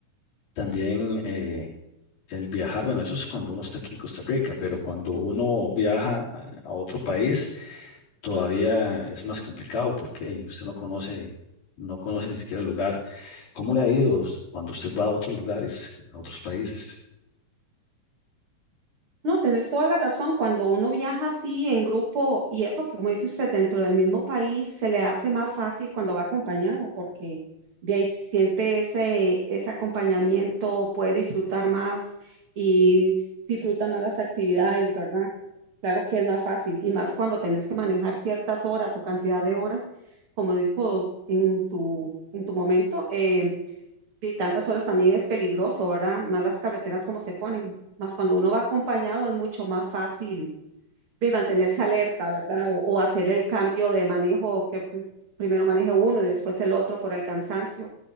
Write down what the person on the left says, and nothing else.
también eh, el viajar, bueno, eso es cuando uno está aquí en Costa Rica, pero cuando uno viaja a a otro país, todavía es más complicado porque hey, usted no conoce, no conoce ni siquiera el lugar. ¿Cómo le ha ido cuando usted va a otros lugares, a otros países?